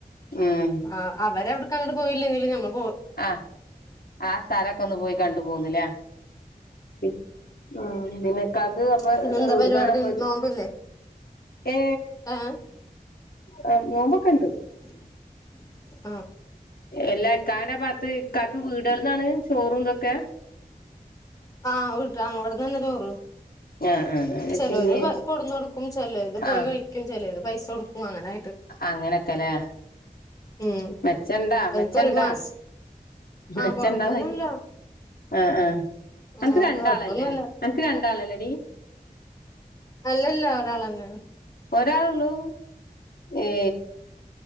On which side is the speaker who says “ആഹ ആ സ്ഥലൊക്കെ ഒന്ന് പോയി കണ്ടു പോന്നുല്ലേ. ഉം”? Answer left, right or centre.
Left